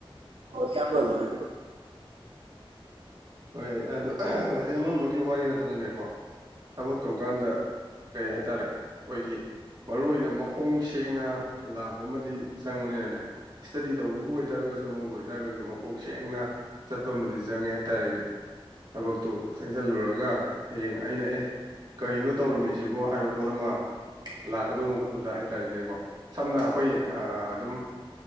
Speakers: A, on the right; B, on the right.
A: ꯏꯌꯥꯝꯕ ꯑꯗꯨꯝ ꯍꯥꯏꯕꯤꯔꫭ
B: ꯍꯣꯏ ꯑꯗꯨ ꯍꯧꯖꯤꯛ ꯑꯃꯝꯕ ꯋꯥꯔꯤ ꯅꯠꯇꯅꯅꯦꯀꯣ ꯊꯕꯛ ꯇꯧꯀꯥꯟꯗ ꯀꯩ ꯍꯥꯏꯇꯥꯔꯦ ꯑꯩꯈꯣꯏꯒꯤ ꯃꯔꯨ ꯑꯣꯏꯅ ꯃꯈꯣꯡ ꯁꯦꯡꯅ ꯂꯥꯛꯄ ꯑꯃꯗꯤ ꯆꯪꯕꯅꯤꯅꯅꯦ ꯏꯁ꯭ꯇꯗꯤ ꯇꯧꯕꯕꯨ ꯑꯣꯏꯇꯥꯔꯒꯁꯨ ꯑꯃꯕꯨ ꯑꯣꯏꯇꯥꯔꯒꯁꯨ ꯃꯄꯣꯛ ꯁꯦꯡꯅ ꯆꯠꯄ ꯑꯃꯗꯤ ꯆꯪꯉꯦ ꯍꯥꯏꯇꯥꯔꯦꯅꯦ ꯊꯕꯛꯇꯨ ꯆꯪꯁꯤꯜꯂꯨꯔꯒ ꯍꯌꯦꯡ ꯑꯩꯅ ꯑꯦ ꯀꯔꯤꯅꯣ ꯇꯧꯔꯝꯃꯤꯁꯤꯕꯣ ꯍꯥꯏꯕ ꯄꯣꯠ ꯑꯃ ꯂꯥꯛꯀꯗꯧꯕ ꯃꯍꯨꯠꯄꯨꯗ ꯍꯥꯏꯇꯥꯔꯦꯅꯦꯀꯣ ꯁꯝꯅ ꯑꯩꯈꯣꯏ ꯑꯗꯨꯝ